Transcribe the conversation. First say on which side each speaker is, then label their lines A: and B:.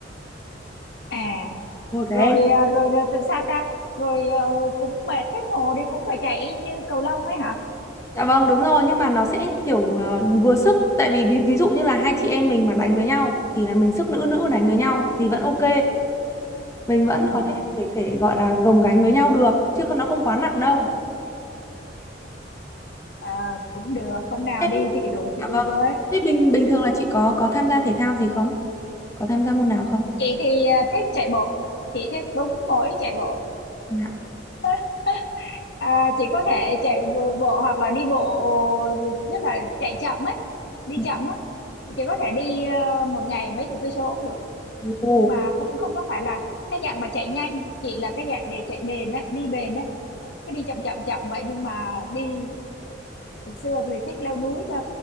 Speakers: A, on the left (about 60°); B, on the left (about 15°).
A: à
B: Ôi cái
A: rồi
B: em.
A: ờ, rồi rồi tự- sao ta rồi ờ, cũng mệt thấy mồ đi cũng phải chạy y như cầu lông ấy hả
B: Dạ vâng, đúng rồi nhưng mà nó sẽ kiểu ờ, vừa sức tại vì ví, ví dụ như là hai chị em mình mà đánh với nhau thì là mình sức nữ nữ đánh với nhau thì vẫn ok. mình vẫn
A: ừ.
B: có thể thể, thể gọi là gồng gánh với nhau được chứ không- nó không quá nặng đâu
A: Ờ, cũng được hôm nào
B: thế
A: đi thì rủ chị
B: dạ
A: đi
B: vâng
A: với
B: thế bình bình thường là chị có có tham gia thể thao gì không có tham gia môn nào không
A: chị thì à, thích chạy bộ chị thích đúng mỗi chạy bộ
B: dạ
A: <laughs> à, chị có thể chạy bộ, bộ hoặc là đi bộ tức là chạy chậm ấy đi
B: dạ
A: chậm á chị có thể đi à, một ngày mấy chục cây số cũng được
B: Ồ,
A: nhưng mà không không có phải là cái dạng mà chạy nhanh chị là cái dạng để chạy bền á đi bền á cứ đi chậm chậm chậm vậy nhưng mà đi hồi xưa thì thích leo núi cơ